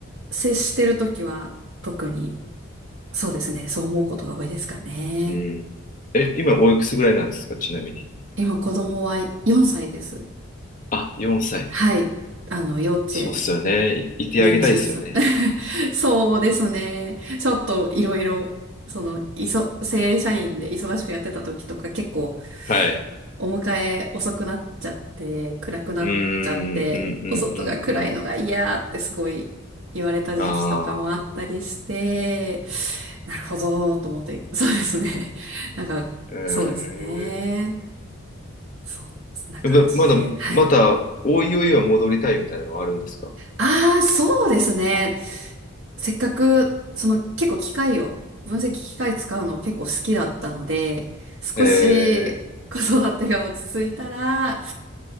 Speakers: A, on the right (about 60°); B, on the left (about 40°).
A: 接してるときは特に、そうですね。そう思うことが多いですかね。
B: うん。え、今おいくつぐらいなんですか、ちなみに。
A: 今子供は4歳です。
B: あ、4歳。
A: はい。あの、幼稚園
B: そうっすよね。い、いてあげたいですよね。
A: 年中さん。<laughs> そうですね。ちょっといろいろ、その、いそ、正社員で忙しくやってた時とか結構
B: はい。
A: お迎え遅くなっちゃって、暗くなっちゃって、
B: うーん、うん、うん、
A: お外が暗いのが嫌ってすごい言われた時期とかもあったりして、
B: うん、うん。あ
A: なるほど、と思って、そうですね。<laughs> なんか、
B: あ、へえ。
A: そうですね。そんな感じで、
B: ま、まだ、
A: はい。
B: また、おいおいは戻りたいみたいなのはあるんですか
A: ああ、そうですね。せっかく、その結構機械を、分析機械使うの結構好きだったので、少し子育てが落ち着いたら、
B: へえ。